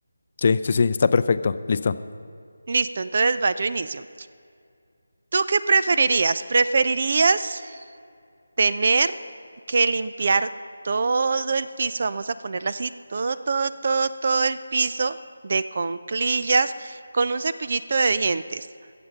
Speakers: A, on the left (about 40°); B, on the right (about 40°).
A: Sí, sí, sí, está perfecto. Listo.
B: Listo, entonces va, yo inicio. ¿Tú qué preferirías? ¿Preferirías tener que limpiar todo el piso, vamos a ponerla así, todo, todo, todo, todo el piso de conclillas con un cepillito de dientes.